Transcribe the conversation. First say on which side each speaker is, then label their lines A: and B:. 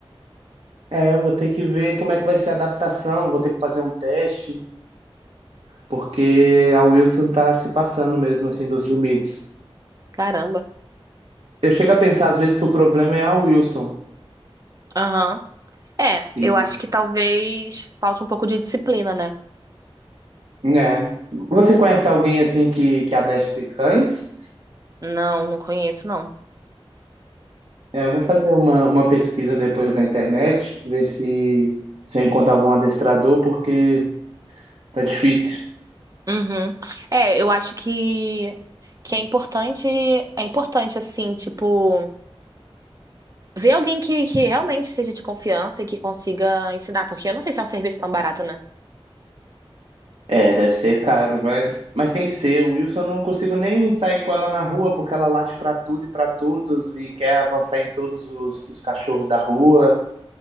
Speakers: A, on the right; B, on the right.
A: É, eu vou ter que ver como é que vai ser a adaptação, vou ter que fazer um teste, porque a Wilson tá se passando mesmo, assim, dos limites.
B: Caramba.
A: Eu chego a pensar, às vezes, que o problema é a Wilson.
B: Aham. É,
A: E,
B: eu acho que talvez falte um pouco de disciplina, né?
A: né? Você conhece alguém, assim, que, que adestre cães?
B: Não, não conheço, não.
A: É, eu vou fazer uma, uma pesquisa depois na internet, ver se, se eu encontro algum adestrador, porque tá difícil.
B: Uhum. É, eu acho que que é importante, é importante assim, tipo, ver alguém que, que realmente seja de confiança e que consiga ensinar, porque eu não sei se é um serviço tão barato, né?
A: É, deve ser caro, mas, mas tem que ser. O Wilson, eu não consigo nem sair com ela na rua porque ela late pra tudo e pra todos e quer avançar em todos os, os cachorros da rua.